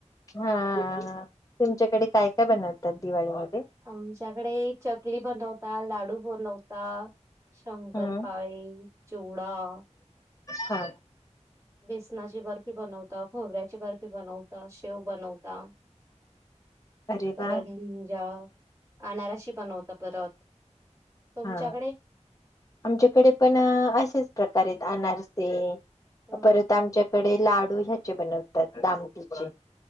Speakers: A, on the left (about 30°); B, on the right (about 25°).
A: हा तुमच्याकडे काय काय बनवतात दिवाळीमध्ये.
B: आमच्याकडे चकली बनवता, लाडू बनवता शंकर
A: हम्म
B: पाळी, चिवडा. दा.
A: हा
B: बेसनाची बर्फी बनवता, खोबऱ्याची बर्फी बनवता, शेव बनवता.
A: अरे
B: करंजा,
A: वा
B: आनाराशी बनवता परत. तुमच्याकडे
A: हा आमच्याकडे पण अशेच प्रकारे आनारसे.
B: अ,
A: परत आमच्याकडे लाडू ह्याचे बनवतात दामटीचे.